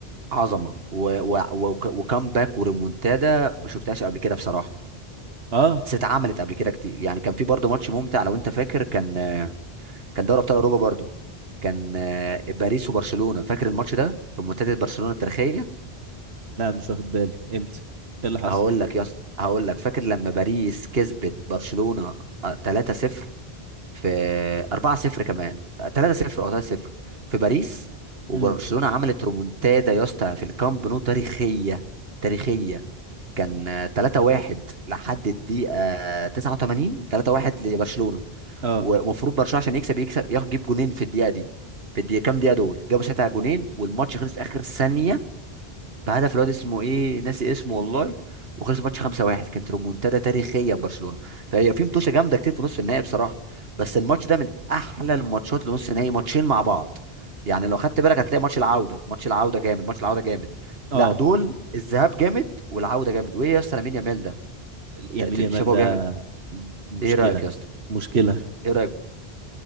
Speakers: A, on the right (about 70°); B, on the right (about 85°).
A: عظمه و... و... و... وكامباك وريمونتادا ما شفتهاش قبل كده بصراحه
B: اه
A: بس اتعملت قبل كده كتير يعني كان في برضه ماتش ممتع لو انت فاكر كان كان دوري ابطال اوروبا برضه كان آه، باريس وبرشلونه فاكر الماتش ده ريمونتادا برشلونه التاريخيه
B: لا مش واخد بالي امتى ايه اللي حصل
A: هقول لك يا اسطى هقول لك فاكر لما باريس كسبت برشلونه آه، 3-0 في 4-0 كمان 3-0 او 3-0 في باريس وبرشلونه
B: امم
A: عملت ريمونتادا يا اسطى في الكامب نو تاريخيه تاريخيه كان 3-1 لحد الدقيقة 89 3-1 لبرشلونة
B: اه
A: ومفروض برشلونة عشان يكسب يكسب ياخد- يجيب جونين في الدقيقة دي في الدقيقة كام دقيقة دول جابوا ساعتها جونين والماتش خلص في آخر ثانية بهدف الواد اسمه ايه ناسي اسمه والله وخلص الماتش 5-1 كانت ريمونتادا تاريخيه لبرشلونه فهي في متوشه جامده كتير في نص النهائي بصراحه بس الماتش ده من احلى الماتشات لنص النهائي ماتشين مع بعض يعني لو خدت بالك هتلاقي ماتش العوده ماتش العوده جامد ماتش العوده جامد
B: اه
A: لا دول الذهاب جامد والعوده جامد وايه يا اسطى لامين يامال ده
B: يمين
A: انت أنت
B: يامال
A: شايف هو
B: ده
A: بيعمل
B: مشكله
A: ايه إيه رايك يا اسطى
B: مشكله
A: ايه رايك